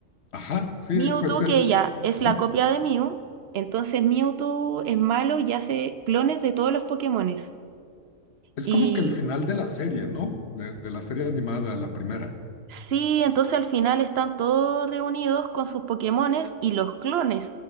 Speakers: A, on the left (about 55°); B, on the right (about 65°).
A: ajá, sí,
B: Mewtwo
A: pues es,
B: que ella es la
A: ajá.
B: copia de Mew, entonces Mewtwo es malo y hace clones de todos los Pokémones.
A: Es
B: Y
A: como que el final de la serie, ¿no? De, de la serie animada, la primera.
B: Sí, entonces al final están todos reunidos con sus Pokémones y los clones.